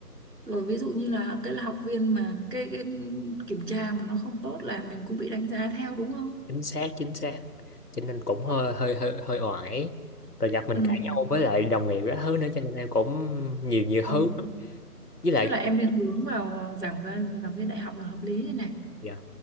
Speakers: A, on the right (about 75°); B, on the left (about 70°).
A: rồi ví dụ như là cái là học viên mà cái, cái kiểm tra mà nó không tốt là mình cũng bị đánh giá theo đúng không
B: chính xác chính xác cho nên cũng hơi hơi hơi hơi oải rồi gặp mình
A: ừ
B: cãi nhau với lại đồng nghiệp các thứ nữa cho nên em cũng nhiều nhiều
A: ừ
B: thứ lắm. với lại
A: Thế là em đi hướng vào ờ, giảng viên giảng viên đại học là hợp lý đây này.
B: dạ.